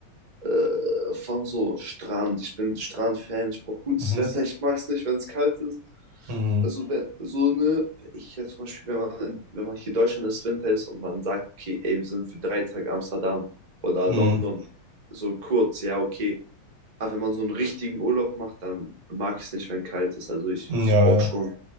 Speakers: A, on the right; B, on the right.
A: äh, von so Strand. Ich bin Strand-Fan, ich brauche gutes
B: Mhm.
A: Wetter, ich mag es nicht, wenn es kalt ist.
B: Mhm.
A: Also Ja. wenn, so eine, ich jetzt zum Beispiel, wenn man, in- wenn man hier in Deutschland ist, Winter ist und man sagt, okay, ey, wir sind für drei Tage Amsterdam oder
B: Mhm.
A: London, so kurz, ja, okay. Aber wenn man so einen richtigen Urlaub macht, dann mag ich es nicht, wenn kalt ist. Also ich,
B: Mhm.
A: ich
B: Ja,
A: brauche
B: ja.
A: schon,